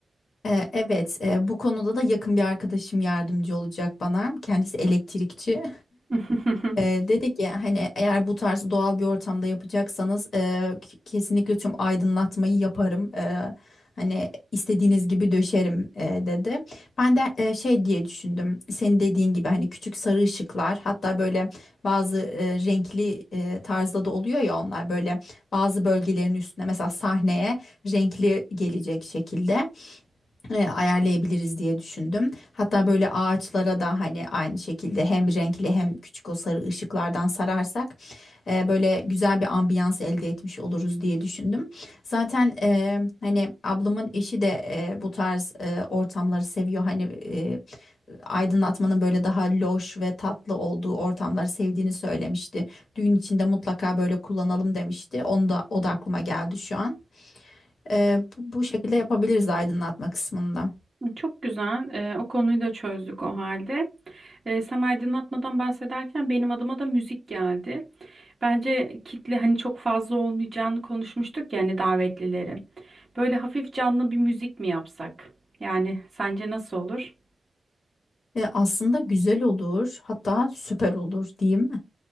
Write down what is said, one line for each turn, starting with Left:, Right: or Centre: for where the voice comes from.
Left: E, evet, e, bu konuda da yakın bir arkadaşım yardımcı olacak bana. Kendisi elektrikçi.
Right: <laughs>
Left: E, dedi ki hani eğer bu tarz doğal bir ortamda yapacaksanız e, k- kesinlikle tüm aydınlatmayı yaparım. E, hani istediğiniz gibi döşerim e, dedi. Ben de e, şey diye düşündüm. Senin dediğin gibi hani küçük sarı ışıklar hatta böyle bazı e, renkli e, tarzda da oluyor ya onlar böyle bazı bölgelerin üstüne mesela sahneye renkli gelecek şekilde e, ayarlayabiliriz diye düşündüm. Hatta böyle ağaçlara da hani aynı şekilde hem renkli hem küçük o sarı ışıklardan sararsak e, böyle güzel bir ambiyans elde etmiş oluruz diye düşündüm. Zaten e, hani ablamın eşi de e, bu tarz e, ortamları seviyor. Hani e, aydınlatmanın böyle daha loş ve tatlı olduğu ortamları sevdiğini söylemişti. Düğün içinde mutlaka böyle kullanalım demişti. Onu da o da aklıma geldi şu an. E, bu bu şekilde yapabiliriz aydınlatma kısmında.
Right: Çok güzel. Ee, o konuyu da çözdük o halde. Ee, sen aydınlatmadan bahsederken benim adıma da müzik geldi. Bence kitle hani çok fazla olmayacağını konuşmuştuk yani davetlilerin. Böyle hafif canlı bir müzik mi yapsak? Yani sence nasıl olur?
Left: E, aslında güzel olur, hatta süper olur diyeyim.